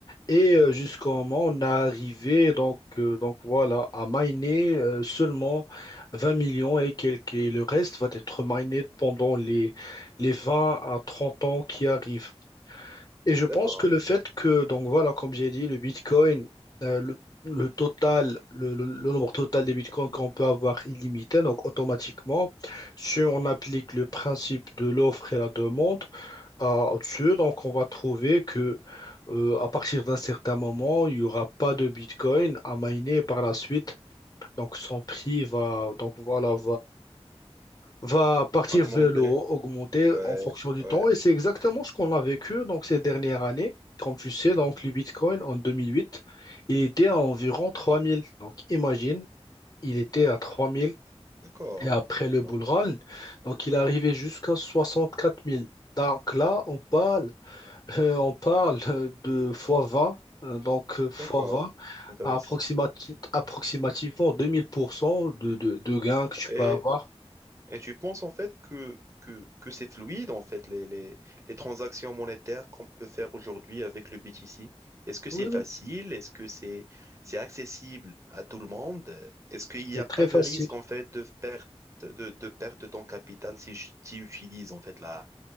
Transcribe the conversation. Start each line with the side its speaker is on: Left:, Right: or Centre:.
Left: Et euh, jusqu'au moment, on a arrivé, donc, euh, donc voilà, à miner euh, seulement 20 millions et quelques. Et le reste va être miné pendant les, les 20 à 30 ans qui arrivent. Et je
Right: d'accord.
Left: pense que le fait que, donc voilà, comme j'ai dit, le Bitcoin, euh, le, le total, le, le- le nombre total des Bitcoins qu'on peut avoir illimité, donc automatiquement, si on applique le principe de l'offre et la demande à dessus, donc on va trouver que euh, à partir d'un certain moment, il n'y aura pas de Bitcoin à miner par la suite. Donc son prix va, donc voilà, va partir
Right: Augmenter.
Left: vers le haut, augmenter
Right: Ouais,
Left: en fonction du
Right: ouais,
Left: temps. Et c'est exactement ce qu'on a vécu donc, ces dernières années. Comme tu sais, donc, le Bitcoin en 2008, il était à environ 3000. Donc imagine, il était à 3000
Right: d'accord.
Left: et après le bull
Right: Donc,
Left: run, donc il est arrivé jusqu'à 64 000. Donc là, on parle, euh, on parle euh, de fois 20. euh, Donc, euh, fois
Right: D'accord,
Left: 20,
Right: intéressant.
Left: à approximati- approximativement 2000% de, de, de gains que tu
Right: Et
Left: peux avoir.
Right: Et tu penses en fait que, que, que c'est fluide en fait les, les, les transactions monétaires qu'on peut faire aujourd'hui avec le BTC? Est-ce que c'est
Left: Oui,
Right: facile?
Left: oui.
Right: Est-ce que c'est c'est accessible à tout le monde? Est-ce qu'il n'y
Left: C'est
Right: a pas
Left: très
Right: de
Left: facile.
Right: risque en fait de perte de, de perte de ton capital si tu utilises en fait la,